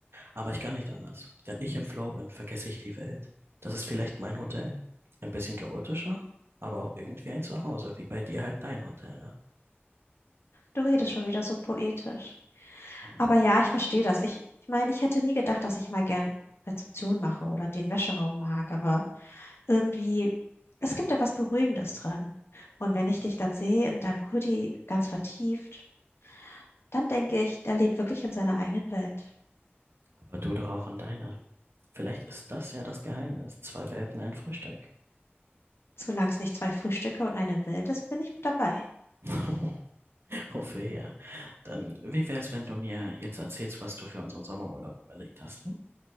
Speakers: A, on the right; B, on the left.
A: Aber ich kann nicht anders. Wenn ich im Flow bin, vergesse ich die Welt. Das ist vielleicht mein Hotel. Ein bisschen chaotischer, aber auch irgendwie ein Zuhause, wie bei dir halt dein Hotel, ne?
B: Du redest schon wieder so poetisch.
A: Mhm.
B: Aber ja, ich verstehe das. Ich, ich meine, ich hätte nie gedacht, dass ich mal gern Rezeption mache oder den Wäscheraum mag, aber irgendwie, es gibt da was Beruhigendes dran. Und wenn ich dich dann sehe in deinem Hoodie ganz vertieft, Dann denke ich, der lebt wirklich in seiner eigenen Welt.
A: Aber du doch auch in deiner. Vielleicht ist das ja das Geheimnis. Zwei Welten, ein Frühstück.
B: Solange es nicht zwei Frühstücke und eine Welt ist, bin ich dabei.
A: <laughs> Hoffe ja. Dann, wie wär's, wenn du mir jetzt erzählst, was du für unseren Sommerurlaub überlegt hast? Hm?